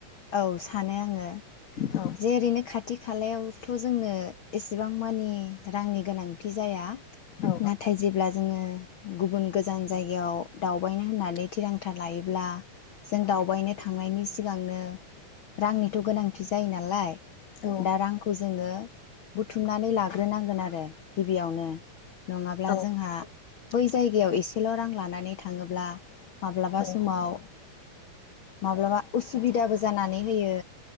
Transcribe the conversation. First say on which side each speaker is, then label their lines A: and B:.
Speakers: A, on the left; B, on the left.
A: औ सानो आंङो
B: औ
A: जेरैनो खाथि खालायावथ' जोंनो एसेबां मानि रांनि गोनांथि जाया
B: औ
A: नाथाय जेब्ला जोङो गुबुन गोजान जायगायाव दावबायनो होननानै थिरांथा लायोब्ला जों
B: औ
A: दावबायनो थांनायनि सिगांनो रांनिथ' गोनांथि जायो नालाय
B: औ
A: दा रांखौ जोङो बुथुमनानै लाग्रोनांगोन आरो गिबियावनो नङाब्ला
B: औ
A: जोंहा बै जायगायाव एसेल' रां लानानै थाङोब्ला माब्लाबा
B: औ
A: समाव माब्लाबा उसुबिदाबो जानानै होयो